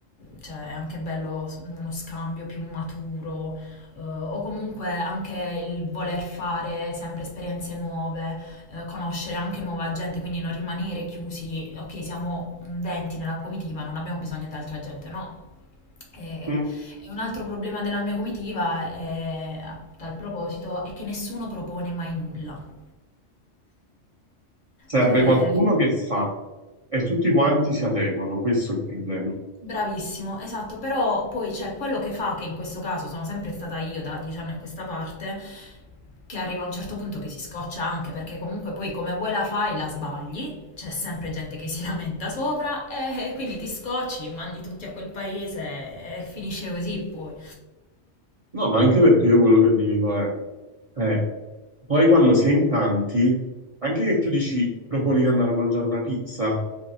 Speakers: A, on the left (about 50°); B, on the right (about 40°).
A: Cioè, è anche bello s- uno scambio più maturo, eh, o comunque anche il voler fare sempre esperienze nuove, eh, conoscere anche nuova gente, quindi non rimanere chiusi, ok, siamo mm, 20 nella comitiva, non abbiamo bisogno di altra gente, no. E,
B: Mm.
A: e un altro problema della mia comitiva, è, a tal proposito, è che nessuno propone mai nulla.
B: Serve
A: Cioè,
B: qualcuno che fa e tutti quanti si adeguano, questo è il problema.
A: bravissimo, esatto, però poi c'è quello che fa, che in questo caso sono sempre stata io da dieci anni a questa parte, che arriva a un certo punto che si scoccia anche, perché comunque poi come vuoi la fai la sbagli, c'è sempre gente che si <laughs> lamenta sopra e, e quindi ti scocci, mandi tutti a quel paese e finisce così poi.
B: No, ma anche perché io quello che dico è, eh, poi quando sei in tanti, anche che tu dici proponi di andare a mangiare una pizza,